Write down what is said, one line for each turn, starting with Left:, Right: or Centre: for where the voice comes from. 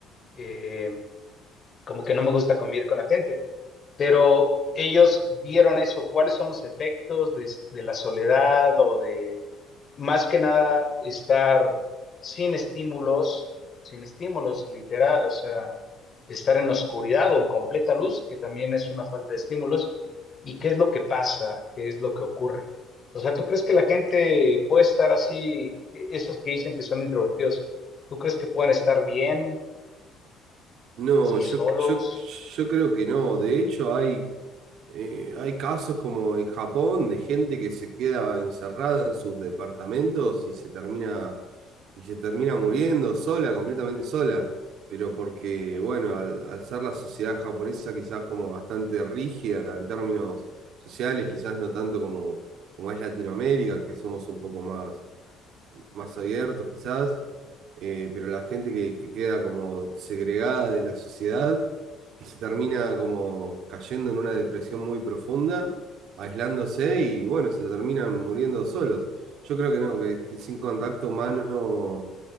Left: eh, como que no me gusta convivir con la gente. Pero ellos vieron eso, cuáles son los efectos de, de la soledad o de más que nada estar sin estímulos, sin estímulos literal, o sea, estar en oscuridad o en completa luz, que también es una falta de estímulos, y qué es lo que pasa, qué es lo que ocurre. O sea, ¿tú crees que la gente puede estar así, e- esos que dicen que son introvertidos, ¿tú crees que pueden estar bien
Right: No,
Left: así
Right: yo,
Left: solos?
Right: yo, yo creo que no, de hecho hay... Eh, hay casos como en Japón de gente que se queda encerrada en sus departamentos y se termina, y se termina muriendo sola, completamente sola, pero porque, bueno, al, al ser la sociedad japonesa quizás como bastante rígida en términos sociales, quizás no tanto como, como es Latinoamérica, que somos un poco más, más abiertos quizás, eh, pero la gente que que queda como segregada de la sociedad y se termina como cayendo en una depresión muy profunda, aislándose y bueno, se terminan muriendo solos. Yo creo que no, que, que sin contacto humano